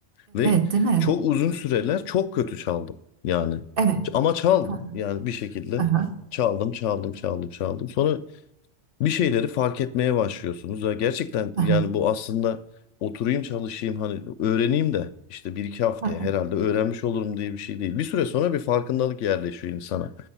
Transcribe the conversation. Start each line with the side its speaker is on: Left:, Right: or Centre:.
Left: Ve
Right: Evet, değil mi?
Left: çok uzun süreler çok kötü çaldım. Yani
Right: Evet.
Left: ama çaldım.
Right: Ha,
Left: Yani bir şekilde
Right: ha, ha,
Left: çaldım, çaldım, çaldım, çaldım. Sonra bir şeyleri fark etmeye başlıyorsunuz. Ya gerçekten
Right: ha,
Left: yani
Right: ha.
Left: bu aslında oturayım çalışayım hani öğreneyim de işte bir iki haftaya
Right: ha.
Left: herhalde öğrenmiş olurum diye bir şey değil. Bir süre sonra bir farkındalık yerleşiyor insana.